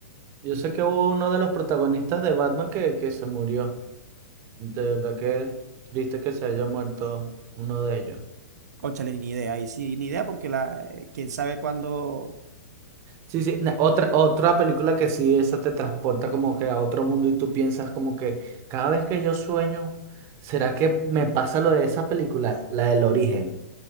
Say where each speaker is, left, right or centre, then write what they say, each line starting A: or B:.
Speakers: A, on the right (about 30°); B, on the right (about 80°).
A: yo sé que hubo uno de los protagonistas de Batman que, que se murió. De verdad que triste que se haya muerto uno de ellos.
B: Cónchale, ni idea, y sí, ni idea porque la, eh, quién sabe cuándo...
A: Sí, sí, na- otra, otra película que sí, esa te transporta como que a otro mundo y tú piensas como que cada vez que yo sueño, ¿será que me pasa lo de esa película? La del origen.